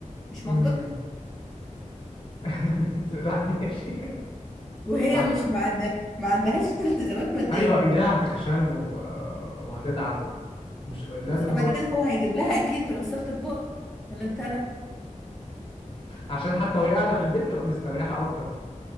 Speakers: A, in the centre; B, on the left.
A: مش
B: <laughs>
A: منطقي
B: مم. <laughs> ده ماشي
A: وهي
B: هت...
A: مش ما عندها ما عندهاش <laughs> التزامات مادية
B: ايوه ايديها هتخشن و... وهتتعب و... مش لازم
A: بز- بعد
B: برضه
A: كده هو هيجيب لها اكيد غسالة اطباق ولا انت رأيك
B: عشان حتى وهي قاعده في البيت تبقى مستريحه اكتر